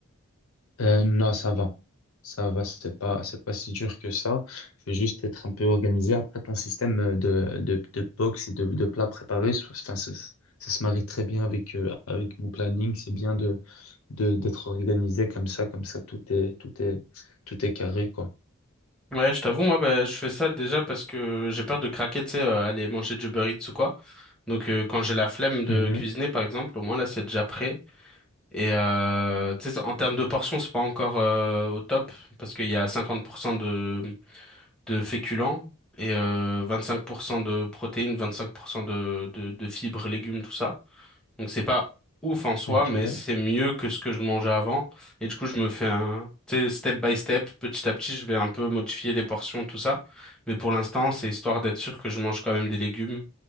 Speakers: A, on the left (about 80°); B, in the centre.
A: Euh, non, ça va. Ça va, c'est pas, c'est pas si dur que ça. Il faut juste être un peu organisé. Après, ton système de, de, de box et de, de plats préparés, so- enfin, ça, ça se marie très bien avec, euh, avec mon planning. C'est bien de, de, d'être organisé comme ça, comme ça, tout est, tout est, tout est carré, quoi.
B: Ouais, je t'avoue, moi, bah, je fais ça déjà parce que j'ai peur de craquer, tu sais, euh, aller manger du Uber Eats ou quoi. Donc, euh, quand j'ai la flemme de
A: Mhm.
B: cuisiner, par exemple, au moins là, c'est déjà prêt. Et euh, tu sais, en termes de portions, c'est pas encore euh, au top parce qu'il y a 50% de de féculents et euh, 25% de protéines, 25% de de, de fibres, légumes, tout ça. Donc c'est pas ouf en soi,
A: Ok,
B: mais c'est mieux que ce que je mangeais avant. Et du coup, je me fais un, tu sais, step by step, petit à petit, je vais un peu modifier les portions, tout ça. Mais pour l'instant, c'est histoire d'être sûr que je mange quand même des légumes,